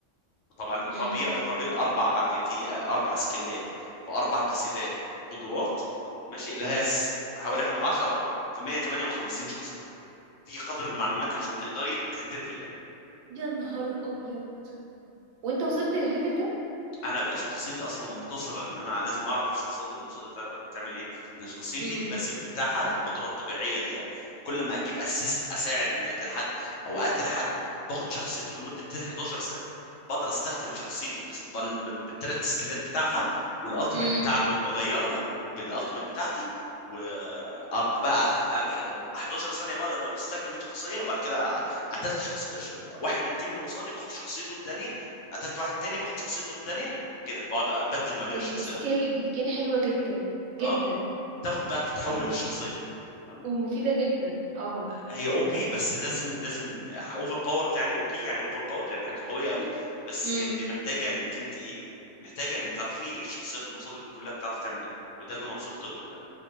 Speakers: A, on the left; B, on the right.
A: وطبعا اضربي
B: امم
A: اضربي الاربع ابيليتي اربع سكلات في اربع باسيفات قدرات ماشي اللي هي س- حوالي 10 في 158 شخصية دي قدر المعلومات عشان تقدري تحترفي اللعبة
B: يا نهار ابيض وانت وصلت للليفل ده
A: انا بقى شخصيتي اصلا مقتصره ان انا لازم اعرف الشخصيات اللي قصادي تع- تعمل ايه لان شخصيتي
B: امم
A: الباسيف بتاعها القدره الطبيعيه ليها كل ما اجيب اسيست اساعد اني اقتل حد او اقتل حد باخد شخصيته لمده 11 ثانيه بقدر استخدم شخصيته بس- بال- بال- بالتلات سكيلات بتاعها والالتيميت
B: امم
A: بتاعته بغيرها بالالتيميت بتاعتي و أق- بقى ال 11 ثانيه بقى بقى بستخدم الشخصيه وبعد كده قتلت شخص ش- واحد من التيم اللي قصادي باخد شخصيته التانيه قتلت واحد تاني باخد شخصيته التانية كده بقعد ابدل ما بين
B: بس
A: الشخصيات
B: دي سكيل دي سكيل حلوة جدا جدا
A: اه تاخد بقى بتتحول
B: وم-
A: للشخصيه فاهمة؟
B: ومفيدة جدا اه
A: هي او بي بس لازم لازم اوفر باورد يعني او بي يعني اوفر باورد يعني حاجه قويه قوي بس
B: امم
A: انت محتاجه انك انت ايه محتاجه انك تعرفي الشخصيات اللي قصادك دي كلها بتعرف تعمل ايه وده اللي انا وصلت له في اللعبه